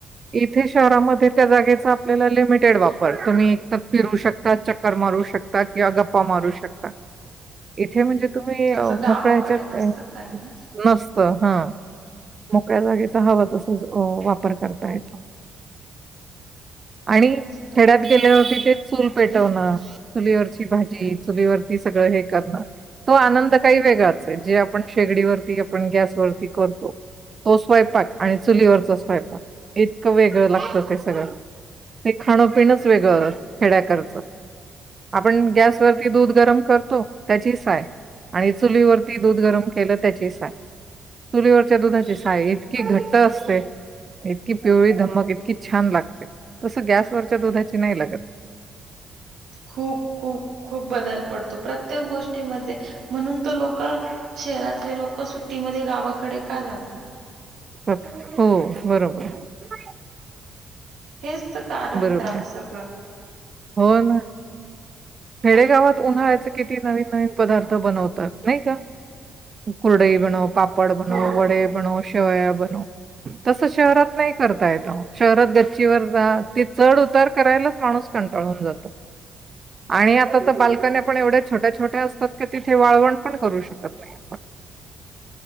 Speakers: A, on the right; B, on the right.
A: इथे शहरामध्ये त्या जागेचा, आपल्याला लिमिटेड वापर तुम्ही एक फिरू शकता चक्कर मारु शकता. किंवा गप्पा मारू शकता. इथे म्हणजे तुम्ही
B: तसं गावाकडे
A: मोकळ्या ह्याच्यात
B: नसतं काही ना
A: नसत हा. मोकळ्या जागेचा हवा तसच वापर करता येतो. आणि
B: तेच तर.
A: खेड्यात गेल्या वरती ते चूल पेटवणं चुलीवरची, भाजी चुलीवरती, सगळं हे करणं तो आनंद काही वेगळाच हे. जे आपण शेगडीवररती आपण गॅसवररती करतो. तो स्वयंपाक, आणि चुलीवरच स्वयंपाक, इतकं वेगळं लागतं ते सगळं ते खाणंपिणच वेगळं खेड्याकरचं आपण गॅसवररती दूध गरम करतो. त्याची साय आणि चुलीवरती, दूध गरम केलं त्याची साय चुलीवरच्या, दुधाची छायतकी घट्ट असते. इतकी पिवळी धमक इतकी छान लागते. तसं गॅसवररच्या दुधाची नाही लागत.
B: खूप खूप खूप बदल पडतो प्रत्येक गोष्टीमध्ये म्हणून त लोक शहरातले लोक सुट्टीमध्ये गावाकडे का जात?
A: <unintelligible> हो बरोबर <unintelligible>
B: हेच तर कारण
A: बरोबर
B: त्याला
A: आहे
B: सगळं
A: हो ना खेडेगावात उन्हाळ्याच किती नवीन नवीन पदार्थ बनवतात नाही का? कुरडई बनव, पापड बनव,
B: हो,
A: वडे बनव, शेवाया बनव. तस शहरात नाही करता येत शहरात गच्चीवर जा ते चढ उतार करायलाच माणूस कट कंटाळून जातो.
B: <inaudible>
A: आणि आता तर बालकणया पण एवढ्या छोट्या, छोट्या असतात क तिथे वाळवण पण करू शकत नाही.
B: <inaudible>